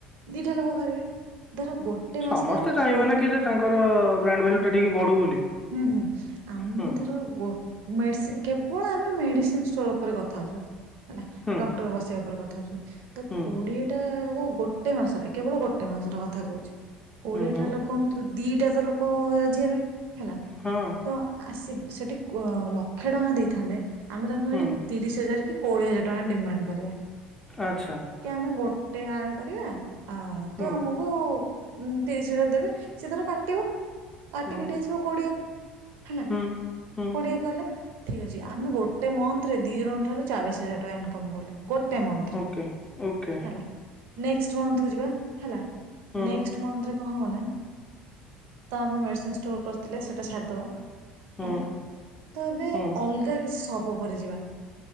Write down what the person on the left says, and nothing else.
ସମସ୍ତେ
ଚାହିଁବେ
ନା କି ଯେ ତାଙ୍କର ବ୍ରାଣ୍ଡ ଭାଲ୍ୟୁ
ଟା ଟିକେ
ବଢୁ ବୋଲି
ହୁଁ
ହୁଁ।
ହୁଁ
ହୁଁ ହୁଁ
ହଁ
ହୁଁ
ଆଚ୍ଛା
ହୁଁ
ହୁଁ
ହୁଁ। ହୁଁ
ଓକେ ଓକେ
ହୁଁ
ହୁଁ।
ହୁଁ